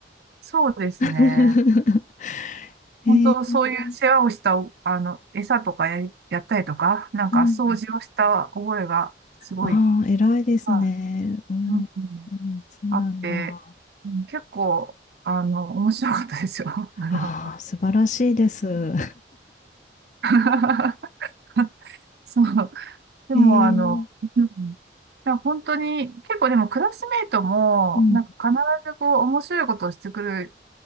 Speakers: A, on the right; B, on the left.
A: そうですね。
B: <laughs> えー、
A: 本当、そういう世話をした、あの、餌とかやり、やったりとか、なんか掃除をした覚えがすごい、
B: うん。ああ、偉いですね。
A: は
B: うん、
A: い、うんうん
B: うん、そうなんだ。
A: あって、うん結構、あの、面白かったですよ。<laughs> あの
B: ああ、素晴らしいです。<laughs>
A: <laughs> そう。でも、
B: えー、
A: あの、うん。いや、本当に、結構でもクラスメイトも、
B: うん。
A: なんか必ずこう、面白いことをしてくる、